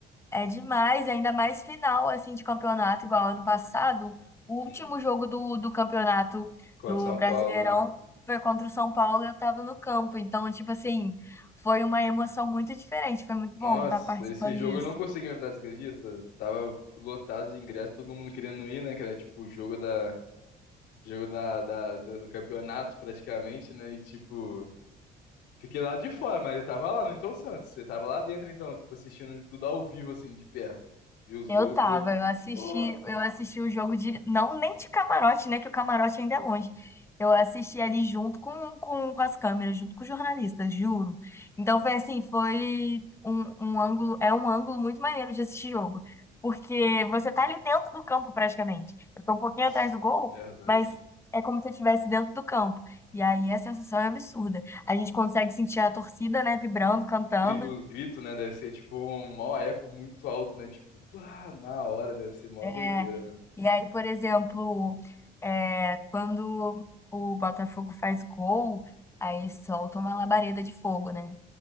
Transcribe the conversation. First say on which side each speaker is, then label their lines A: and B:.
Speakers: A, on the left; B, on the left.
A: é demais, ainda mais final assim de campeonato, igual ano passado, o último
B: Hum.
A: jogo do, do campeonato
B: Contra
A: do
B: o
A: Brasileirão
B: São Paulo, né?
A: foi contra o São Paulo e eu tava no campo, então, tipo assim, foi uma emoção muito diferente, foi muito bom
B: Nossa,
A: estar participando
B: esse jogo
A: disso.
B: eu não consegui entrar, você acredita? Tava lotado de ingresso, todo mundo querendo ir, né? Que era tipo o jogo da jogo da, da- da- do campeonato praticamente, né? E tipo, fiquei lá de fora, mas eu tava lá no Então Santos. Você tava lá dentro então, tipo, assistindo tudo ao vivo, assim, de perto. Vi os
A: Eu
B: gols,
A: tava,
B: tudo.
A: eu assisti,
B: Ô,
A: eu assisti o jogo de, não nem de camarote, né, que o camarote ainda é longe. Eu assisti ali junto com, com, com as câmeras, junto com os jornalistas, juro. Então foi assim, foi um, um ângulo, é um ângulo muito maneiro de assistir jogo, porque você tá ali dentro do campo praticamente. Eu tô um pouquinho
B: nossa,
A: atrás do gol,
B: verdade.
A: mas é como se eu estivesse dentro do campo. E aí a sensação é absurda. A gente consegue sentir a torcida, né, vibrando, cantando
B: Gri- O grito, né, deve ser tipo um maior eco muito alto, né? Tipo, ah, na hora deve ser mó doideira.
A: É, E aí, por exemplo, é, quando o Botafogo faz gol, aí solta uma labareda de fogo, né?